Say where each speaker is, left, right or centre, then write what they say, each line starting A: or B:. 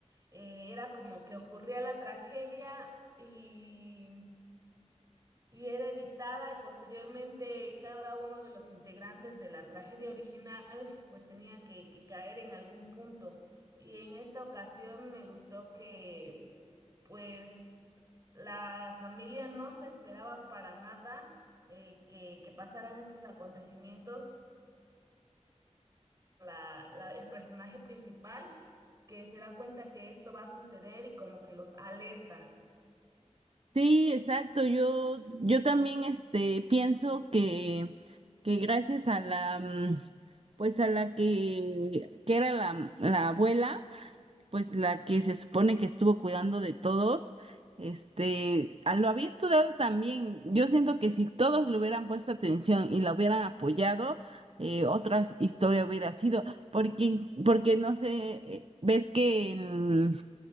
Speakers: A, on the right (about 30°); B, on the right (about 55°).
A: eh, era como que ocurría la tragedia y y era evitada y posteriormente cada uno de los integrantes de la tragedia original pues tenía que, que caer en algún punto. Y en esta ocasión me gustó que pues la familia no se esperaba para nada eh, que, que pasaran estos acontecimientos. La, la, el personaje principal que se da cuenta que esto va a suceder y como que los alerta.
B: Sí, exacto. Yo, yo también este pienso que, que gracias a la mm, pues a la que, que era la, la abuela, pues la que se supone que estuvo cuidando de todos, este, a- lo había estudiado también. Yo siento que si todos le hubieran puesto atención y la hubieran apoyado, eh, otra historia hubiera sido, porque, porque no sé, eh, ves que en